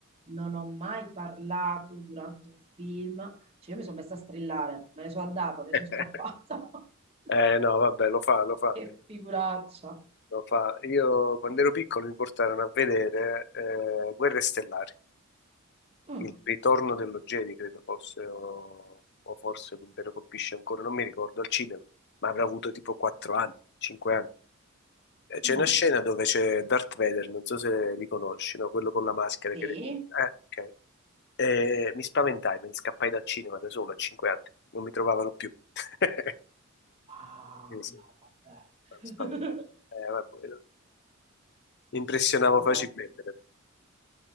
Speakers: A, on the right (about 25°); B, on the left (about 50°).
A: non ho mai parlato durante un film, cioè io mi sono messa a strillare, me ne sono andata, me ne
B: <laughs>
A: sono scappata. <laughs>
B: Eh no, vabbè, lo fa, lo fa.
A: Che figuraccia.
B: Lo fa. Io quando ero piccolo mi portarono a vedere eh, Guerre Stellari,
A: Mm,
B: il ritorno dello Jedi, credo fosse, o, o forse l'Impero colpisce ancora, non mi ricordo, al cinema, ma avrà avuto tipo 4 anni, 5 anni. E C'è
A: mm,
B: una scena dove c'è Darth Vader, non so se li conosci, no? Quello con la maschera
A: Sì.
B: che... Eh, ok. E mi spaventai, me ne scappai dal cinema da solo a 5 anni, non mi trovavano più. <laughs>
A: Ah,
B: Quindi sì,
A: no,
B: mi
A: vabbè. <laughs>
B: spaventai. Eh, vabbè, mi impressionavo
A: No,
B: facilmente.